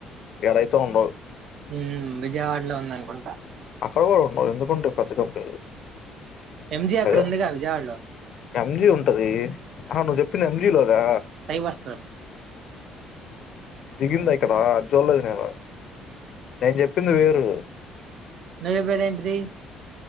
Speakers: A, on the left (about 60°); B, on the right (about 60°).
A: ఈడైతే ఉండదు
B: ఊ విజయవాడలో ఉంద అనుకుంటా
A: అక్కడ కూడా ఉండవు ఎందుకుంటే పెద్ద కంపెనీలు
B: ఎంజీ అక్కడ
A: ద
B: ఉందిగా విజయవాడలో
A: ఎంజి ఉంటది ఆహా నువ్వు చెప్పింది ఎంజిలోదా
B: సైబర్ స్టోర్
A: జిగిందా ఇక్కడ చూడలేడు నేను నేను చెప్పింది వేరు
B: నువ్వు చెప్పేది ఏంటిది